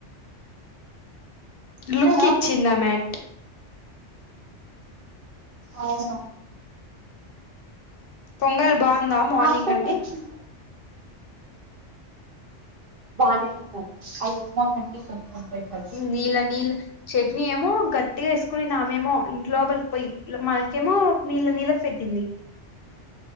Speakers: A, on the right (about 55°); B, on the left (about 60°).
A: తిన్నారా
B: లుక్ ఇచ్చిందా మ్యాట్
A: అవును
B: పొంగల్ బావుందా మార్నింగ్
A: ఆఫ్టర్నూన్
B: అండి
A: బానే వస్తారు ఆ ఉప్మా కంటే కొంచెం బెటర్
B: నీళ్ళ నీళ్ళ చట్నీ ఏమో గట్టిగా వేసుకునింది ఆమెమో ఇంటి లోపలికి పోయి మనకేమో నీళ్ళ నీళ్ళది పెట్టింది.